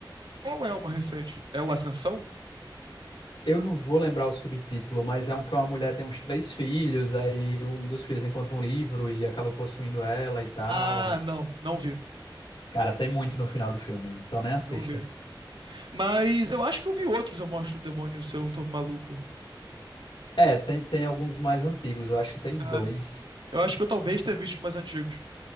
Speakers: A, on the right; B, on the left.
A: Qual é uma recente? É o Ascensão?
B: Eu não vou lembrar o subtítulo, mas é um que uma mulher tem uns três filhos, aí um dos filhos encontra um livro e acaba possuindo ela e tal.
A: Ah, não, não vi,
B: Cara, tem muito no final do filme, então nem assista.
A: não vi.
B: <laughs>
A: Mas eu acho que eu vi outros Eu Mostro o Demônio, se eu não tô maluco.
B: É, tem, tem alguns mais antigos, eu acho que tem
A: É,
B: dois.
A: eu acho que eu talvez tenha visto os mais antigos.